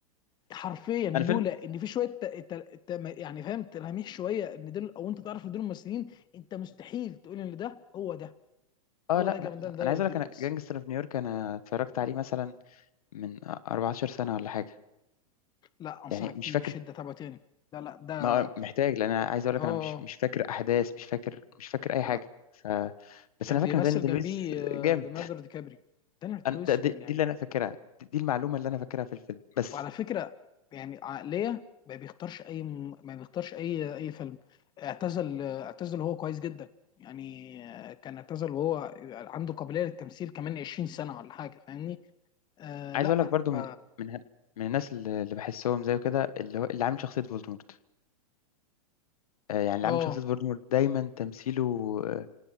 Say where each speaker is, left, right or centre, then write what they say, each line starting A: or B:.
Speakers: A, on the left; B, on the left.
A: حرفيا لولا
B: انا فيلم
A: ان في شويه ت... ت... ت... يعني فاهم تلاميح شويه ان دول او انت تعرف ان دول الممثلين انت مستحيل تقول ان ده هو ده
B: اه
A: هو
B: لا
A: ده جامدان
B: لا لا.
A: ده
B: انا
A: ده
B: عايز
A: دي
B: اقول لك
A: لويس
B: انا جانجستر في نيويورك انا اتفرجت عليه مثلا من 14 سنة ولا حاجة
A: لا انصحك
B: يعني مش
A: بيه
B: فاكر
A: بشده تابعه تاني لا لا ده
B: ما محتاج لان انا عايز اقول
A: اه
B: لك انا مش مش فاكر احداث مش فاكر مش فاكر اي
A: لا
B: حاجة ف... بس
A: كان
B: انا فاكر
A: بيمثل
B: ان داني دي
A: جنبيه
B: لويس
A: آه،
B: جامد
A: ليوناردو دي كابريو دانيال دي
B: أنا-
A: لويس
B: ده- دي,
A: من يعني
B: دي اللي انا فاكرها دي, دي المعلومة اللي انا فاكرها في الفيلم بس
A: وعلى فكره يعني عقليه ما بيختارش اي ما بيختارش اي اي فيلم اعتزل اعتزل وهو كويس جدا يعني آه، كان اعتزل وهو عنده قابليه للتمثيل كمان 20 سنه ولا حاجه فاهمني آه
B: عايز
A: لا
B: اقول لك برضو من
A: ف
B: من من الناس اللي اللي بحسهم زيه كده اللي هو اللي عامل شخصيه فولدمورت آه، يعني اللي
A: اه
B: عامل شخصيه فولدمورت دايما تمثيله آه،